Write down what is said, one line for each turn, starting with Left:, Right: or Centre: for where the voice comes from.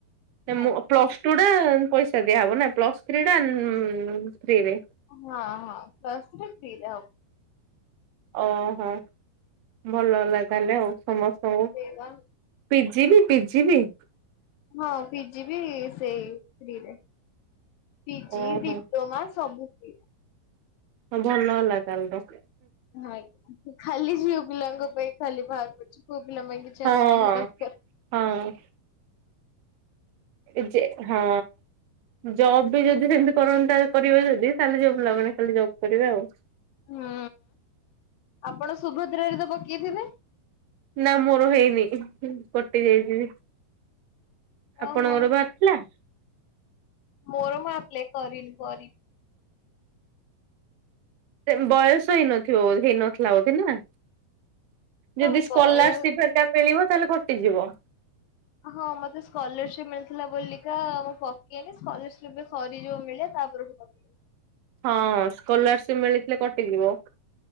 Left: ଭାଇ।
Right: ମ ପ୍ଲାସ୍ ଟୁ ଟା ପଇସା ଦିଆହବ ନା ପ୍ଲସ୍ ଥ୍ରୀ ଟା ଫ୍ରିରେ।
Left: ହଁ ହଁ ପ୍ଲସ୍ ଟୁ ଟା ଫ୍ରିରେ ହବ।
Right: ଓହୋ ଭଲ ହେଲା ତା ହେଲେ ଆଉ। ସମସ୍ତଙ୍କୁ
Left: ସେଇବା
Right: ପିଜି ବି ପିଜି ବି।
Left: ହଁ ପିଜି ବି ସେଇ ଫ୍ରୀରେ। ପିଜି
Right: ଓହୋ
Left: ଡିପ୍ଲୋମା ସବୁ ଫ୍ରିରେ।
Right: ହ ଭଲ ହେଲା କାଲ୍ ର
Left: ହଁ ଆଜ୍ଞା ଖାଲି ଝିଅ ପିଲାଙ୍କ ପାଇଁ ଖାଲି ବାହାର କରଛୁ ପୁଅ ପିଲା ପାଇଁ କିଛି
Right: ହଁ
Left: ଆଉ ନାହିଁ ତାଙ୍କ ର
Right: ହଁ ବିଜୟ ହଁ ଜବ୍ ବି ଯଦି ସେମିତି କରନ୍ତା କରିବେ ଯଦି ତାହଲେ ଝିଅ ପିଲା ମାନେ ଖାଲି ଜବ୍ କରିବେ ଆଉ
Left: ହୁଁ ଆପଣ ସୁଭଦ୍ରାରେ ତ ପକେଇଥିବେ
Right: ନା ମୋର ହେଇନି କଟି ଯାଇଛି ଆପଣଙ୍କର
Left: ଓହୋ
Right: ବା ହେଲା
Left: ମୋର ମୁ ଆପ୍ଲାଏ କରିନି କରିି
Right: ବୟସ ହେଇନଥ ହେଇନଥିଲା ବୋଧେ ନା
Left: ନା
Right: ଯଦି ସ୍କଲାର୍ସିପ
Left: ବୟ
Right: ଟା ମିଳିବ ତାହେଲେ କଟିଯିବ
Left: ହଁ ମତେ ସ୍କଲାର୍ସିପ ମିଳିଥିଲା ବୋଲିକା ମୁଁ ପକେଇନି ସ୍କଲାର୍ସିପ ସରି ଯୋଉ ମିଳେ ତାପରେ ମୁଁ ପକେଇବି
Right: ହଁ ସ୍କଲାର୍ସିପ ମିଳିଥିଲେ କଟିଯିବ